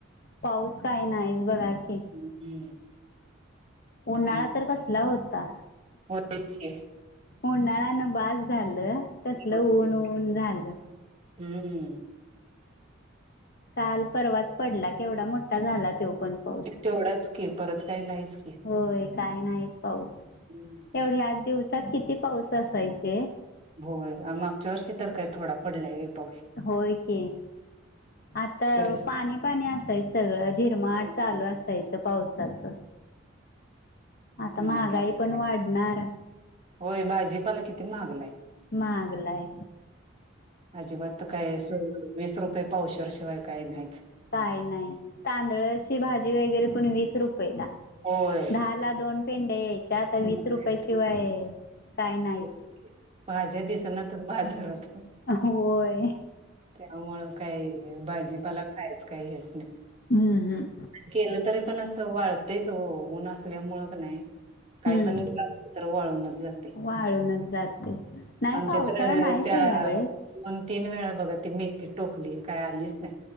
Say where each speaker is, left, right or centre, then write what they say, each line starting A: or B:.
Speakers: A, on the left (about 50°); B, on the right (about 30°).
A: पाऊस काय नाहीच बघा की
B: हम्म त्यामुळे
A: उन्हाळा तर कसला होता
B: होयच की
A: उन्हाळ्या न बास झालं कसल
B: मग
A: ऊन
B: काय ते.
A: ऊन झालं
B: हम्म
A: काल परवाच पडला केवढा मोठा झाला तो पण पाऊस.
B: ते तेवढाच की परत काही नाहीच की
A: होय काय नाहीच पाऊस
B: हम्म.
A: एवढ्या ह्या दिवसात किती पाऊस असायचे.
B: होय मागच्या वर्षी तर काही थोडा पडलाय होय पाऊस
A: होय की आता
B: तरी
A: पाणी पाणी असायच सगळं जिरमाट
B: सुद्धा.
A: चालू असायचं पावसाच. आता
B: आणि
A: महागाई
B: हे आता काय
A: पण वाढणार.
B: होय भाजीपाला किती महागलाय.
A: मागलाय
B: अजिबात तर काय वीस रुपये पावशेर शिवाय काही नाहीच.
A: काय नाही तांदळाची भाजी वगैरे पण वीस रुप येला
B: होय
A: दहाला दोन पेंडेया यायच्या आता
B: मग
A: वीस रुपय
B: काय
A: शिवाय काय नाहीच
B: तर. भाज्या दिसनातच बाजारात
A: <inaudible> होय.
B: त्यामुळं काही भाजीपाला खायचं काही हेच नाही.
A: हम्म हम्म.
B: <inaudible> केलं तरी पण असं वाळतयच हो ऊन असल्यामुळ क नाय काय
A: हम्म
B: पण लागते तर वाळूनच जातय.
A: वाळूनच जाते नाही
B: आमच्या
A: पावसाळा
B: तर
A: नाहीच
B: चा
A: हो ह्यावेळेस
B: दोन, तीन वेळा बघा ती मेथी टोकली काय आलीच नाही.